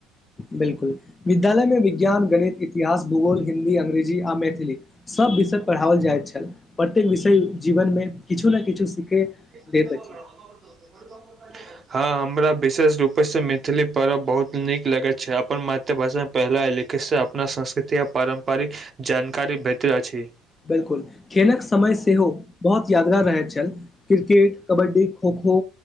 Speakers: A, on the left; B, on the right.
A: बिल्कुल विद्यालयमे विज्ञान गणित इतिहास भूगोल हिन्दी अंग्रेजी आ मैथिली सभ विषय पढ़ाओल जाइत छल प्रत्येक विषय जीवनमे किछु ने किछु सीखे
B: <unintelligible>
A: दैत अछि
B: हँ हमरा विशेष रूपे से मैथिली पर्व बहुत नीक लगैत छै अपन मा पहिला लिखितसँ अपना संस्कृति आओ पारम्परिक जानकारी भेटैत अछि
A: बिल्कुल खेलक समय सेहो बहुत यादगार रहैत छल क्रिकेट कबड्डी खो खो